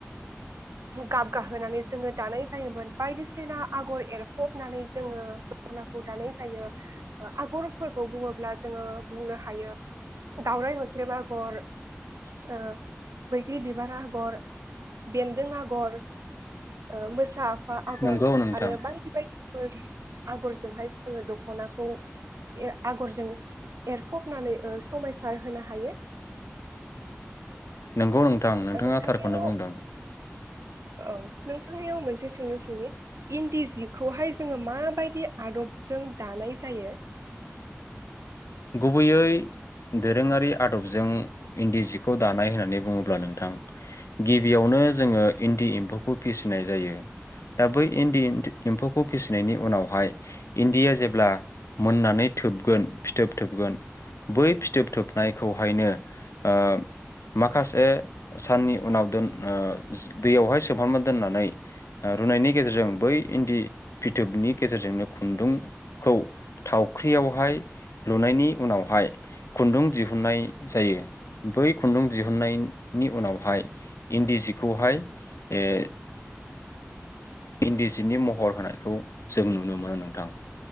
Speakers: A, on the right; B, on the left.
A: गाब गाहोनानै जोङो दानाय जायोमोन बायदिसिना आगर एरफबनानै जोङो दखनाखौ दानाय जायो ओ आगरफोरखौ बुङोब्ला जोङो बुंनो हायो दावराय मोख्रेब आगर ओ बैग्रि बिबार आगर बेन्दों आगर ओ मोसा आगर
B: नंगौ नोंथां
A: आरो बायदि बायदिफोर आगरजोंहाय जोङो दखनाखौ एर आगरजों एर फबनानै ओ समायसार होनो हायो
B: नंगौ नों थां नोंथाङा
A: ओ नोंथांनियाव
B: थारखौनो बुंदों
A: औ नोंथांनियाव मोनसे सोंलु सोंनि इन्दि जिखौहाय जोङो माबायदि आदबजों दानाय जायो
B: गुबैयै दोरोङारि आदबजों इन्दि जिखौ दानाय होननानै बुङोब्ला नोंथां गिबियावनो जोङो इन्दि एम्फौखौ फिसिनाय जायो दा बै इन्दि एम्फौखौ फिसिनायनि उनावहाय इन्दिया जेब्ला मोननानै थोबगोन फिथोब थोबगोन बै फिथोब थोबनायखौहायनो ओ माखासे साननि उनाव दोन ओ दैयावहाय सोमहाबना दोननानै ओ रुनायनि गेजेरजों बै इन्दि फिथोबनि गेजेरजोंनो खुन्दुंखौ थावख्रियावहाय लुनायनि उनावहाय खुन्दुं दिहुननाय जायो बै खुन्दुं दिहुननायनि उनावहाय इन्दि जिखौहाय ए इन्दि जिनि महर होनायखौ जों नुनो मोनो नोंथां